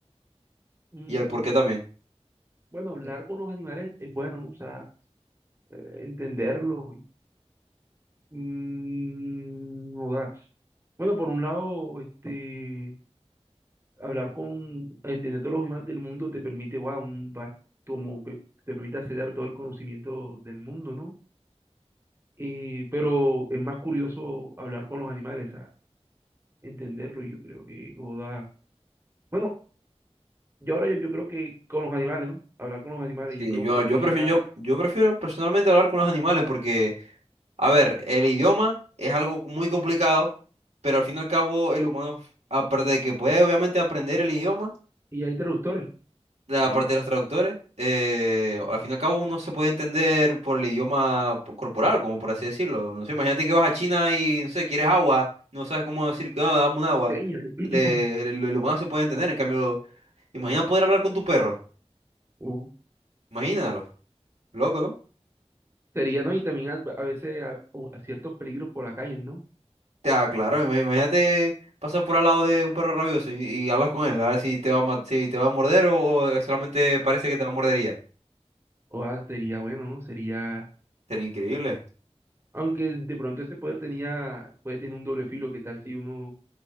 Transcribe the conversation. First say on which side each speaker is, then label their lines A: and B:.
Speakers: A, on the right; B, on the right.
A: mm,
B: y el por qué también.
A: bueno, hablar con los animales es bueno, ¿no? O sea, eh, entenderlo. y, mm, o sea, Bueno, por un lado, este, hablar con, entendiendo los animales del mundo te permite, wow, un, va- como, pe- te permite acceder todo el conocimiento del mundo, ¿no? Eh, pero es más curioso hablar con los animales, a sea, entenderlo, yo creo que, o sea, bueno, yo ahora yo, yo creo que con los animales, ¿no? Hablar con los animales,
B: Sí,
A: yo creo
B: yo, yo
A: que
B: prefiero,
A: ya,
B: yo, yo prefiero personalmente hablar con los animales porque, a ver, el idioma es algo muy complicado, pero al fin y al cabo el humano, aparte de que puede obviamente aprender el idioma,
A: y hay traductores,
B: la
A: ahí,
B: parte de los traductores, eh, al fin y al cabo uno se puede entender por el idioma po- corporal, como por así decirlo. No sé, imagínate que vas a China y, no sé, quieres agua, no sabes cómo decir, "Ah, dame un agua.
A: señas, <clears throat>
B: Le- el, el humano se puede entender, en cambio, imagina poder hablar con tu perro,
A: ¿no?
B: imagínalo, loco, ¿no?
A: Sería, ¿no? Y también al- a, veces a, o a ciertos peligros por la calle, ¿no?
B: Ah, claro, ima- imagínate pasar por al lado de un perro rabioso y, y hablas con él, a ver si te va a, ma- si te va a morder o, o solamente parece que te va a morder y ya.
A: O ah, sería bueno, ¿no? Sería,
B: Sería increíble.
A: aunque de pronto ese poder tenía, puede tener un doble filo, ¿qué tal si uno, o